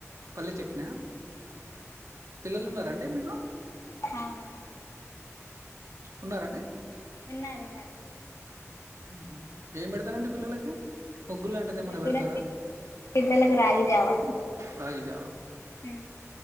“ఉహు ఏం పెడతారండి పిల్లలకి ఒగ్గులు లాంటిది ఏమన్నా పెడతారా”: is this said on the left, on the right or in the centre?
Right